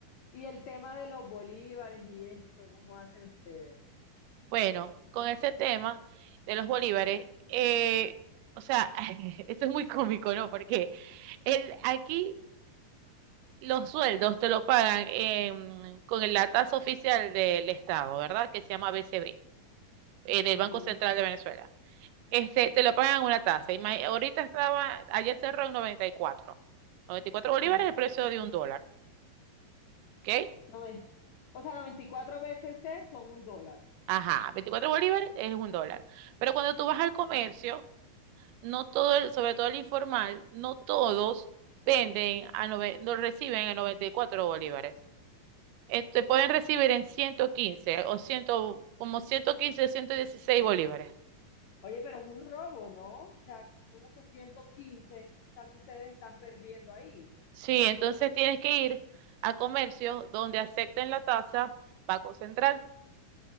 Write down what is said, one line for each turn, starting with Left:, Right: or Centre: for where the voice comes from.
Left: y el tema de los bolívares y esto, ¿cómo hacen ustedes?
Right: Bueno, con ese tema de los bolívares, eh, o sea, <laughs> eso es muy cómico, ¿no? Porque el, aquí los sueldos te lo pagan em, con la tasa oficial del Estado, ¿verdad? Que se llama BCB, eh, del
Left: Ujú.
Right: Banco Central de Venezuela. Este, te lo pagan una tasa. Ima- Ahorita estaba, ayer cerró en 94. 94 bolívares
Left: No,
Right: es el precio de un dólar, ¿ok?
Left: no es. O sea, 94 veces C son un dólar.
Right: Ajá, 24 bolívares es un dólar. Pero cuando tú vas al comercio no todo el- sobre todo el informal, no todos venden a nove- no reciben a 94 bolívares. Este, pueden recibir en 115 o 100, como ciento quince ciento dieciséis bolívares.
Left: Oye, pero es un robo, ¿no? O sea, ¿cómo que ciento quince O sea, que ustedes están perdiendo ahí.
Right: Sí, entonces tienes que ir a comercios donde acepten la tasa Banco Central.